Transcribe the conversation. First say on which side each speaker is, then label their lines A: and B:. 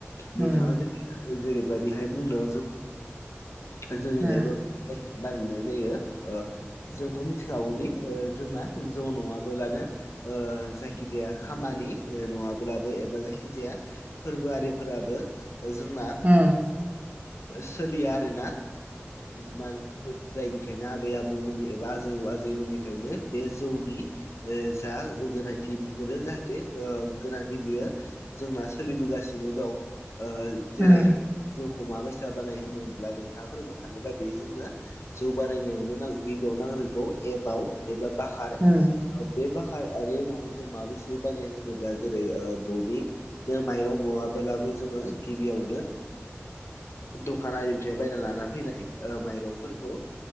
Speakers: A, on the left; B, on the right.
A: नोंथाङा
B: उम
A: जे जेरैबायदिहाय बुंदों जोंनिजायबो
B: उम
A: बानायनाय जायो जोंथ' मिथिखागौदि जोंना जौ नङाब लानो जायखिजाया खामानि नङाब्ला बो एबा जायखिजाया फोरबोआिफोराबो जोंना
B: उम
A: सोलिया आरोना मानो जायनिफ्रायनो आबै आबौमोननि एबा आजौ आजैमोननिफ्रायनो बे जौनि जा गोनांथि बेफोरो जाहाथे गोनांथि बियो जोंना सोलिबोगासिनो दं जेरैहाय
B: उम
A: जिउखौ माबैसा बानाय होनोब्ला नोंथाङा फोरमाय खानाय बायदियै जोंनो जौ बानायनायावनो गिबियाव नांगौ एमाव एबा बाखार
B: उम उम
A: बे बाखारिमावखौ जों माबेसे बानाय होनोब्ला जेरै ददि माइरं न ङालाबो जोङो गिबियावनो दखान आरिनिफ्राय बायना लाना फैनाय ओ माइरंफोरखौ